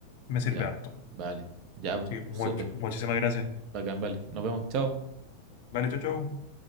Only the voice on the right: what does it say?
ya,
vale. Ya, po,
súper.
Bacán, vale. Nos vemos. Chao.